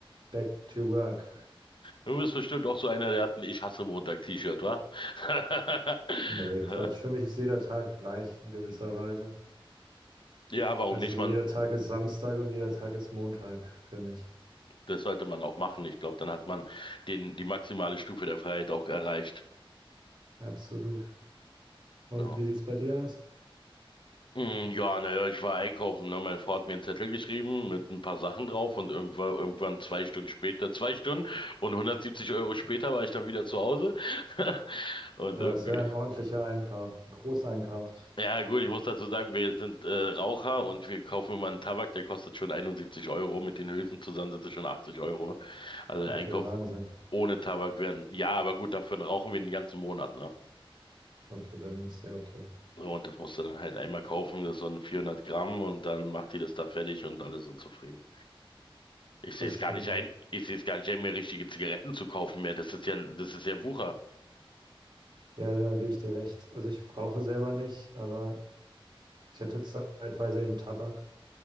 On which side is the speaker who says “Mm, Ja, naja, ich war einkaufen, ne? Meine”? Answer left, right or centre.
Left